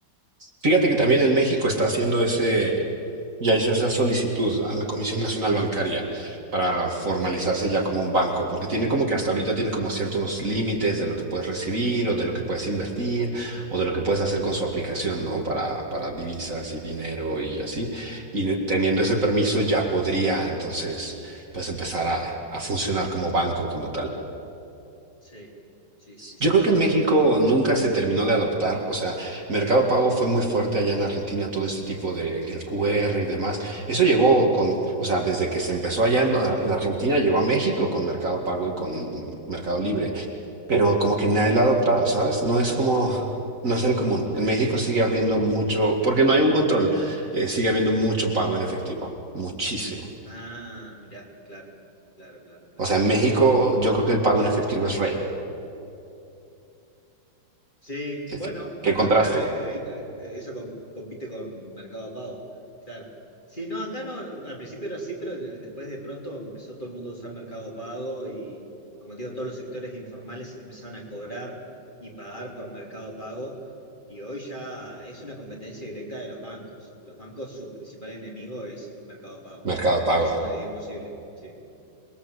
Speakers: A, on the right (about 40°); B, on the left (about 25°).
A: Fíjate que también en México está haciendo ese, ya hizo esa solicitud a la Comisión Nacional Bancaria para formalizarse ya como un banco, porque tiene como que hasta ahorita tiene como ciertos límites de lo que puedes recibir o de lo que puedes invertir o de lo que puedes hacer con su aplicación, ¿no? Para, para divisas y dinero y así. Y teniendo ese permiso ya podría entonces pues empezar a, a funcionar como banco como tal.
B: Sí, sí, sí, sí,
A: Yo creo
B: sí,
A: que en
B: seguramente.
A: México nunca se terminó de adoptar, o sea, Mercado Pago fue muy fuerte allá en Argentina, todo este tipo de el QR y demás. Eso llegó con, o sea, desde que se empezó allá en, en Argentina, llegó a México con Mercado Pago y con mm, Mercado Libre, pero como que nadie lo ha adoptado, ¿sabes? No es como, no es el común. En México sigue habiendo mucho, porque no hay un control, eh, sigue habiendo mucho pago en efectivo, muchísimo.
B: Ah, mirá, claro, claro, claro, claro,
A: O sea, en
B: claro.
A: México yo creo que el pago en efectivo es rey.
B: Sí,
A: ¿Qué,
B: bueno, bueno,
A: qué contraste?
B: claro, eh, ahí eh, eso com- compite con Mercado Pago, claro. Sí, no, acá no, no, al principio era así, pero eh, después de pronto empezó todo el mundo a usar Mercado Pago y, como te digo, todos los sectores informales empezaron a cobrar y pagar por Mercado Pago y hoy ya es una competencia directa de los bancos. Los bancos, su principal enemigo es Mercado Pago.
A: Mercado Pago.
B: Le hacen la vida imposible, sí.